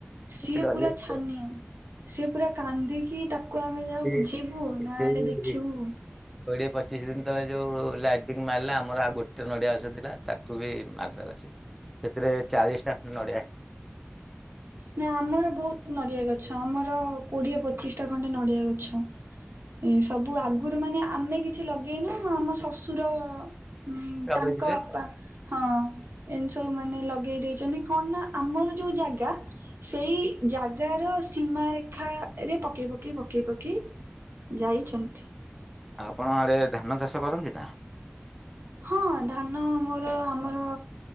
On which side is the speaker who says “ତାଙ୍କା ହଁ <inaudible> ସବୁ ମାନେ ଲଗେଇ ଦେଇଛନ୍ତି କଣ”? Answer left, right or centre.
Right